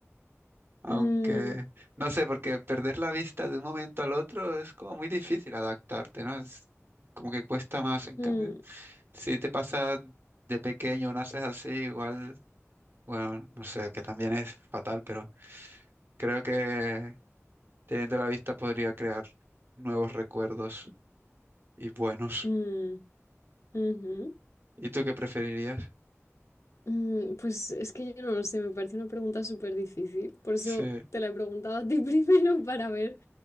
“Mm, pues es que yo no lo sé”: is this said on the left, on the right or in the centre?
Left